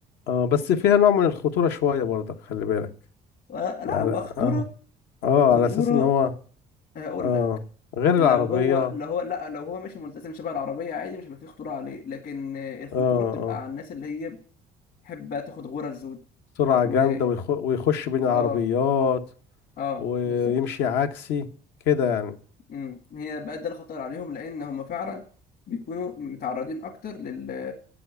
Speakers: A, on the left (about 85°); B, on the left (about 65°).
A: اه بس فيها نوع من الخطورة شوية برضك خلي بالك
B: آه،
A: يعني
B: لا هو
A: اه
B: خطورة
A: اه
B: خطورة
A: على اساس ان هو
B: آه، اقول
A: اه
B: لك
A: غير العربية
B: لو هو
A: اه
B: لو هو لا لو هو ماشي ملتزم شبه العربية عادي مش هيبقى فيه خطورة عليه لكن آه، الخطورة
A: اه
B: بتبقى على الناس اللي هي بتحب تاخد غرز و
A: سرعة
B: و-
A: جامدة ويخ... ويخش بين العربيات
B: اه اه
A: ويمشي
B: بالظبط
A: عكسي كده يعني
B: امم هي بقى ده الخطر عليهم لان هم فعلا بيكونوا متعرضين اكتر لل